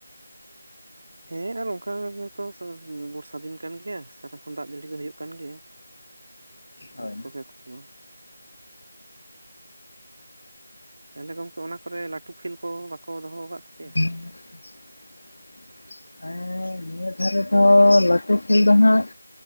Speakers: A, on the right; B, on the left.
A: ᱦᱮᱸ ᱟᱨ ᱚᱱᱠᱟ ᱛᱚ ᱵᱚᱨᱥᱟ ᱫᱤᱱ ᱠᱟᱱ ᱜᱮᱭᱟ ᱥᱟᱨᱟ ᱠᱷᱚᱱ ᱫᱟᱜ ᱡᱟᱹᱲᱤ ᱫᱚ ᱦᱩᱭᱩᱜ ᱠᱟᱱ ᱜᱮᱭᱟ
B: ᱦᱳᱭ
A: ᱚᱠᱛᱚ ᱜᱮ ᱚᱠᱛᱚ ᱫᱚ᱾ ᱛᱟᱦᱚᱞᱮ ᱜᱚᱢᱠᱮ ᱚᱱᱟ ᱠᱚᱨᱮ ᱞᱟᱹᱴᱩ ᱠᱷᱮᱞ ᱠᱚ ᱵᱟᱠᱚ ᱫᱚᱦᱚ ᱟᱠᱟᱫ ᱛᱟᱯᱮᱭᱟ?
B: <inaudible> ᱦᱮᱸ ᱱᱤᱭᱟᱹ ᱫᱷᱟᱨᱮ ᱫᱚ ᱞᱟᱹᱴᱩ ᱠᱷᱮᱞ ᱫᱚ ᱦᱟᱸᱜ,